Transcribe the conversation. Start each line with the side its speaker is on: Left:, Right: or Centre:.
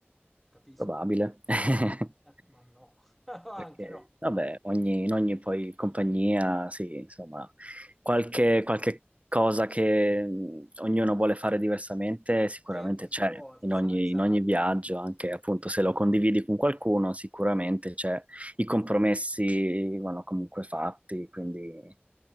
Centre: capisco.
Right: probabile. <laughs>
Centre: Eh, ma no, <laughs> anche
Right: Perché,
Centre: no.
Right: vabbè, ogni- in ogni poi compagnia, sì, insomma, qualche, qualche cosa che mh, ognuno vuole fare diversamente sicuramente
Centre: Cioè, per
Right: c'è
Centre: forza,
Right: in ogni,
Centre: esatto.
Right: in ogni viaggio, anche appunto se lo condividi con qualcuno, sicuramente c'è, i compromessi vanno comunque fatti, quindi